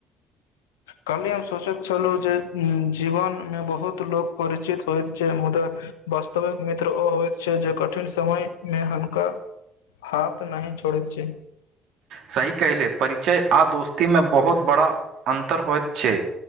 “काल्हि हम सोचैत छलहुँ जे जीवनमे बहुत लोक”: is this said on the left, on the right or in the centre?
Left